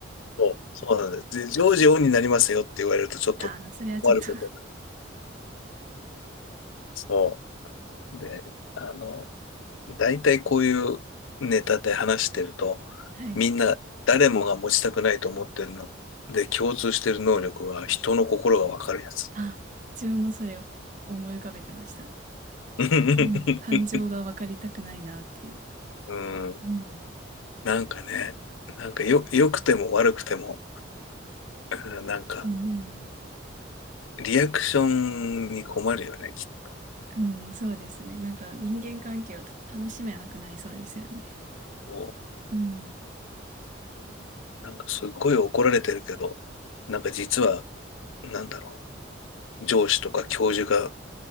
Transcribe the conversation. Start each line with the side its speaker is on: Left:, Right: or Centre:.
Left: そう。そうなんです。で、ジオンになりますよって言われるとちょっと困ることが。
Right: <laughs> ああ、それはちょっと
Left: そう。で、あの、大体こういうネタで話してると、
Right: <laughs> はい。
Left: みんな誰もが持ちたくないと思ってるの。で、共通してる能力は人の心がわかるやつ。
Right: あ、自分もそれを思い浮かべてました。
Left: <laughs> う
Right: うん。感情が分かりたくないなっていう。
Left: ん。
Right: うん。
Left: なんかね、なんかよ、良くても悪くても、うんなんか、
Right: うんうんうん
Left: リアクションに困るよね、きっ
Right: うん、そうですね。なんか人間関係をた楽しめなくなりそうですよね。
Left: と。
Right: うん。
Left: なんかすっごい怒られてるけど、なんか実は、なんだろう、上司とか教授が